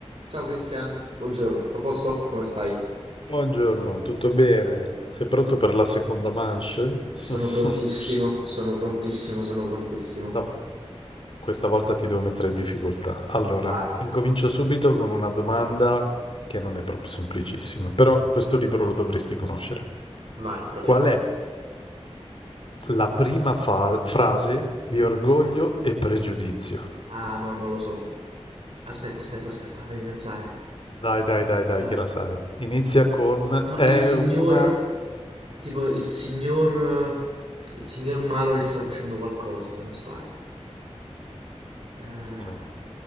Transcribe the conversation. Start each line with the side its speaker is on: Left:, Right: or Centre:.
Right: Ciao Cristian, buongiorno, tutto a posto? Come stai?
Left: Buongiorno, tutto bene? Sei pronto per la seconda manche?
Right: Sono
Left: <laughs>
Right: prontissimo, sono prontissimo, sono prontissimo.
Left: Stavo- Questa volta ti devo mettere in difficoltà. Allora,
Right: Vai,
Left: incomincio subito con una domanda che non è proprio semplicissima, però questo libro lo dovresti conoscere.
Right: vai, proviamo.
Left: Qual è la prima fa- frase di Orgoglio
Right: Ok?
Left: e Pregiudizio?
Right: Ah, no, non lo so. Aspetta, aspetta, aspetta, fammi pensare.
Left: Dai, dai, dai, dai,
Right: Eh,
Left: che la sai. Inizia con
Right: no,
Left: è
Right: il signor,
Left: una...
Right: tipo il signor, eh, il signor Mallory sta facendo qualcosa, se non sbaglio. Eh,
Left: No.